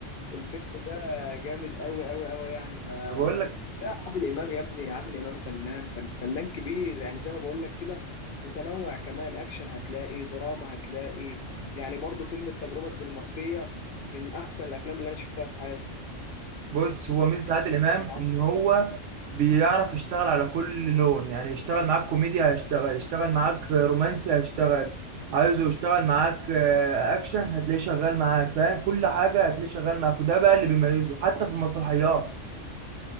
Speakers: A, on the left; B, on the right.
A: الفيلم ده جامد قوي قوي قوي يعني ف
B: <laughs> بقول لك
A: عادل امام يا ابني عادل امام فنان فن فنان كبير يعني زي ما بقول لك كده متنوع كمان اكشن هتلاقي دراما هتلاقي يعني برضو فيلم التجربه الدنماركيه من احسن الافلام اللي انا شفتها في حياتي
B: بص هو ميزة عادل إمام
A: بيتكلم معاهم
B: إن هو بيعرف يشتغل على كل لون يعني يشتغل معاك كوميديا هيشتغل يشتغل معاك رومانسي هيشتغل عايزه يشتغل معاك آه، أكشن هتلاقيه شغال معاك فاهم كل حاجة هتلاقيه شغال معاك وده بقى اللي بيميزه حتى في المسرحيات